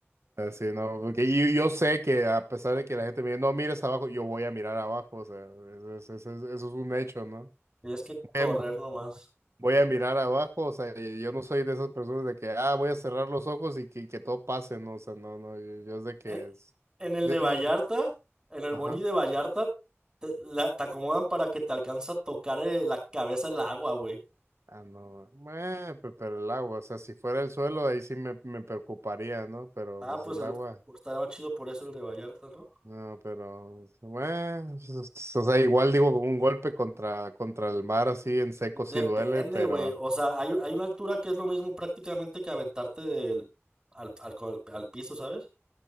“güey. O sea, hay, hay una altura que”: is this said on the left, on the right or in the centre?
Right